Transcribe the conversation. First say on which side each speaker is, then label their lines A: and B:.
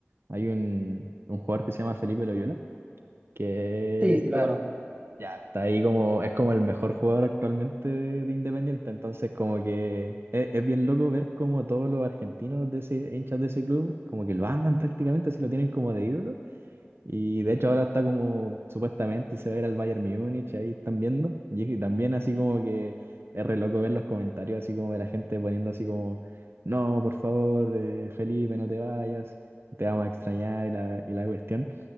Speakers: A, on the right (about 60°); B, on the right (about 30°).
A: hay un, un jugador que se llama Felipe Loyola, que
B: Sí,
A: está,
B: sí lo conozco.
A: ya, está ahí como, es como el mejor jugador actualmente de, Independiente, entonces como que es, es bien loco ver como todos los argentinos de ese, hinchas de ese club, como que lo aman prácticamente, así lo tienen como de ídolo, y de hecho ahora está como, supuestamente se va a ir al Bayern Múnich, ahí están viendo, y, y también así como que es re loco ver los comentarios, así como de la gente poniendo así como, no, por favor, eh, Felipe, no te vayas, te vamos a extrañar y la, y la cuestión.